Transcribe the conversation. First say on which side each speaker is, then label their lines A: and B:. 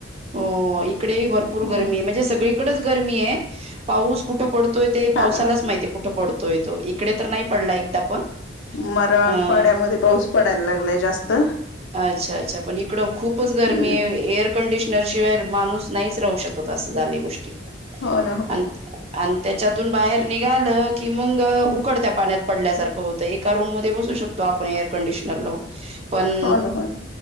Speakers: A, on the right (about 30°); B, on the left (about 80°).
A: हो इकडे भरपूर
B: हम्म
A: गरमी आहे म्हणजे सगळीकडेच गरमी आहे. पाऊस कुठं पडतोय ते पावसालाच
B: हा हा
A: माहिती कुठं पडतोय तो इकडे तर नाही पडला एकदा पण
B: मराठ
A: अ
B: आठवाड्यामध्ये पाऊस पडायला लागलाय जास्त.
A: अच्छा, अच्छा पण इकडं खूपच
B: हम्म
A: गरमी आहे एअर कंडिशनर शिवाय माणूस नाहीच राहू शकत अस झाली गोष्टी
B: हो ना हो.
A: आन, आन त्याच्यातून बाहेर निघालं की मग
B: हो
A: उकडत्या पाण्यात पडल्यासारखं होत एका रूम म बसू शकतो आपण एअर कंडिशनर लावून पण
B: हो ना हो ना